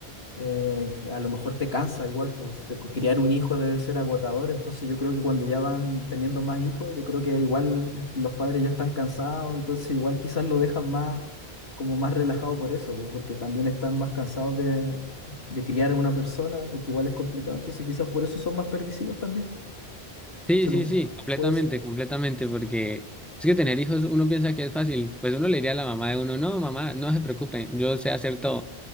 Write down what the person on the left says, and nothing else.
eh, a lo mejor te cansa igual, pues te- criar un hijo debe ser agotador, entonces yo creo que cuando ya van teniendo más hijos, yo creo que igual eh, los padres ya están cansados, entonces igual quizás lo dejan más, como más relajado por eso, pues, porque también están más cansados de, de criar a una persona, porque igual es complicado, entonces quizás por eso son más permisivos también.
Se
me-
pues,